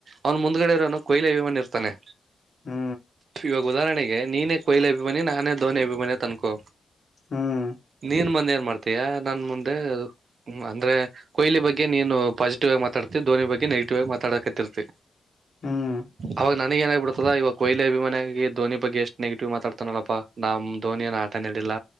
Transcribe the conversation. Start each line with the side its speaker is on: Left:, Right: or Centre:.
Right: ಅವ್ನು ಮುಂದ್ಗಡೆ ಇರೋವ್ನು ಕೊಯ್ಲಿ ಅಭಿಮಾನಿ ಇರ್ತಾನೆ.
Left: ಹ್ಮ
Right: ಇವಾಗ್ ಉದಾಹರ್ಣೆಗೆ ನೀನೇ ಕೊಯ್ಲೆ ಅಭಿಮಾನಿ ನಾನೇ ದೋನಿ ಅಭಿಮಾನಿ ತನ್ಕೋ.
Left: ಹ್ಮ್
Right: ನೀನ್ ಮಂದ್ ಏನ್ ಮಾಡ್ತ ತ್ಯ ನನ್ ಮುಂದೆ ಅಂದ್ರೆ ಕೊಹ್ಲಿ ಬಗ್ಗೆ ನೀನು. ಪಾಸಿಟಿವಾಗ್ ಮಾತಾಡ್ತಿ ಧೋನಿ ಬಗ್ಗೆ ನೆಗೆಟಿವ್ ಆಗ್ ಮಾತಾಡ ಕತ್ತಿರ್ತಿ.
Left: ಹ್ಮ್
Right: ಅವಾಗ್ ನನಿಗ್ ಏನಾಗಿಬಿಡ್ತದ ಇವಾಗ್ ಕೊಹ್ಲಿ ಅಭಿಮಾನಿಯಾಗಿ ಧೋನಿ ಬಗ್ಗೆ ಎಷ್ಟು ನೆಗೆಟಿವ್ ಮಾತಾಡ್ತಾನಲ್ಲಪ್ಪಾ ನಮ್ ಧೋನಿ ಏನ್ ಆಟನೇ ಆಡಿಲ್ಲ